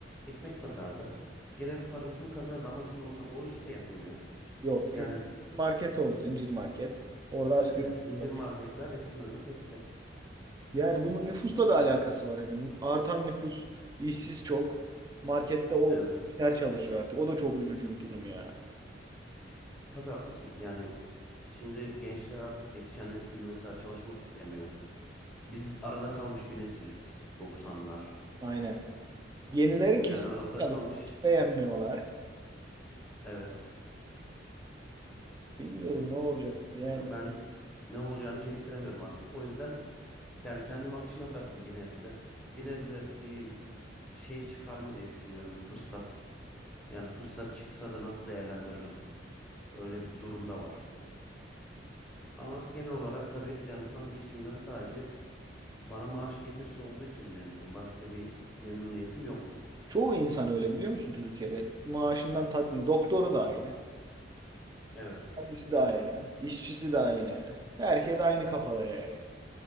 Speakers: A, in the centre; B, on the right.
A: ekmek satardı. Gene bir parasını kazanırdı ama şimdi onda o iş de yapılmıyor.
B: Yok
A: Yani
B: çünkü market oldu zincir market. Orada asgari
A: evet
B: ücret
A: zincir
B: yok.
A: marketler hepsinin önünü kesti.
B: Yani bunun nüfusla da alakası var. Yani artan nüfus, işsiz çok. Markette o
A: Evet
B: yer çalışıyor artık. O da çok üzücü bir durum ya.
A: tabii haklısın. Yani şimdi gençler artık yetişen nesil mesela çalışmak istemiyor. Biz arada kalmış bir nesiliz doksanlar.
B: Aynen. Yenileri
A: Yani
B: kesinlikle
A: arada
B: çalışıyor.
A: kalmış
B: Beğenmiyorlar.
A: evet.
B: Bilmiyorum ne olacak yani.
A: Ya ben ne olacağını kestiremiyorum artık. O yüzden Yani kendimi akışına bıraktım bir nebze. Bir nebze bir şey çıkar mı diye düşünüyorum fırsat. Yani fırsat çıksa da nasıl değerlendiririm? Öyle bir durum da var. Ama genel olarak tabii yani şu anki işimden sadece bana maaş getirisi olduğu için memnunum. Başka bir memnuniyetim yok.
B: Çoğu insan öyle biliyor musun Türkiye'de? Maaşından tatmin. Doktoru da aynı.
A: Evet.
B: Kendisi de aynı. işçisi de aynı. Herkes aynı kafada yani.